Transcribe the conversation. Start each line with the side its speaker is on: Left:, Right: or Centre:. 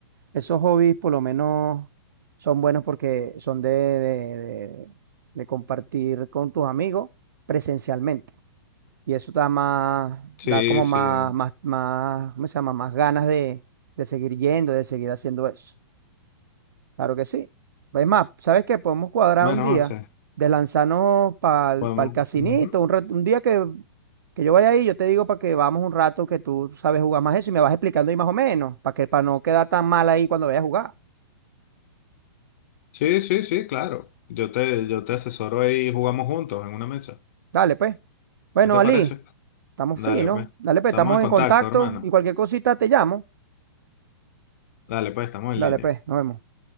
Right: Esos hobbies por lo menos son buenos porque son de, de, de- de compartir con tus amigos presencialmente. Y eso da más,
Left: Sí,
Right: da como
Left: sí.
Right: más, más, más, ¿cómo se llama? Más ganas de, de seguir yendo, de seguir haciendo eso. Claro que sí. Es más, ¿sabes qué? Podemos cuadrar
Left: Bueno,
Right: un día
Left: o sea,
Right: de lanzarnos para el
Left: podemos.
Right: casinito,
Left: ujú.
Right: un, rat- un día que, que yo vaya ahí, yo te digo para que vamos un rato que tú sabes jugar más eso y me vas explicando ahí más o menos, para que para no quedar tan mal ahí cuando vayas a jugar.
Left: Sí, sí, sí, claro. Yo te, yo te asesoro ahí y jugamos juntos en una mesa.
Right: Dale, pues. Bueno,
Left: ¿Qué te
Right: Ali,
Left: parece?
Right: estamos
Left: Dale,
Right: finos.
Left: pues.
Right: Dale, pues,
Left: Estamos
Right: estamos
Left: en contacto,
Right: en contacto
Left: hermano.
Right: y cualquier cosita te llamo.
Left: Dale, pues, estamos
Right: Dale,
Left: en línea.
Right: pues, nos vemos.